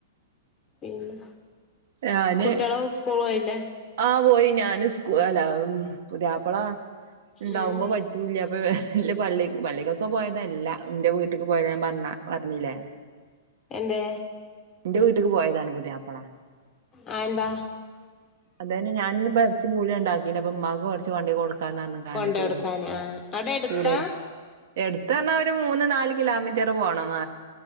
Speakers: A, on the left (about 20°); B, on the right (about 60°).
A: പിന്ന
B: ഞാന്
A: കുട്ടികളൊക്കെ സ്കൂള് പോയില്ലേ
B: ആ പോയി ഞാന് <unintelligible> പുതിയാപ്പളാ ഇണ്ടാവുമ്പോ
A: ഉം
B: പറ്റൂല്ല പ്പൊ ഇല്ല പള്ള പള്ളിക്കൊക്കെ പോയതല്ല ന്റെ വീട്ടിക്ക് പോയത് ഞാൻ പറഞ്ഞ പറഞ്ഞില്ലേ
A: എന്തെ
B: എന്റെ വീട്ടിക്ക് പോയതാണ് പുതിയാപ്പള
A: അ എന്താ
B: അതാണ് ഞാനിന്ന്പ്പ എറച്ചിം പൂളെണ്ടാക്കിനപ്പം ഉമ്മാക്ക് കൊറച്ച് കൊണ്ടോയ് കൊട് ക്കാണ്അർഞ്ഞിക്കാണ്ട്
A: കൊണ്ടോടുക്കാന്
B: ചൂടോട്ക്കെ
A: ആഹ് അവിടെ എടുത്താ
B: ചൂടോട് എട്ത്താർഞ്ഞാ ഒരു മൂന്ന് നാല് കിലോമീ റ്റർ പോണം <unintelligible>